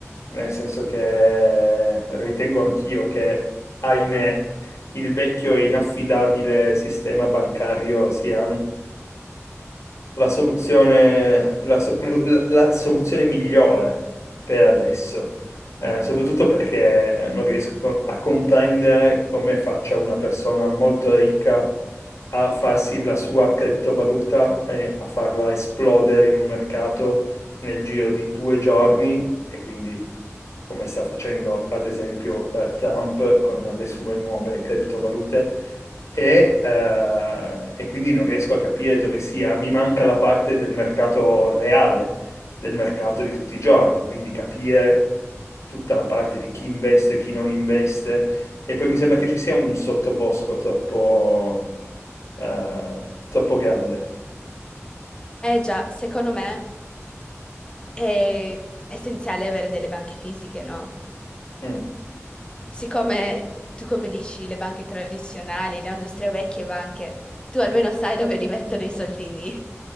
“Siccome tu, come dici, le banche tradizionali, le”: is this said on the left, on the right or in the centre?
Left